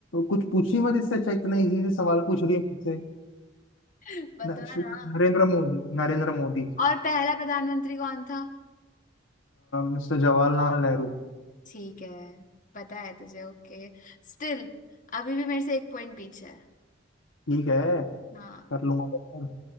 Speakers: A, on the left; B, on the left.
A: कुछ पूछी मत इससे अच्छा इतना इजी सवाल पूछ रही है मुझसे
B: <laughs> बता
A: न- श्री
B: ना
A: नरेंद्र मोदी नरेंद्र मोदी
B: और पहला प्रधानमंत्री कौन था
A: मिस्टर जवाहरलाल नेहरू
B: ठीक है पता है तुझे ओके स्टिल अभी भी मेरे से एक पॉइंट पीछे है
A: ठीक है
B: हाँ
A: कर लूंगा बेहतर।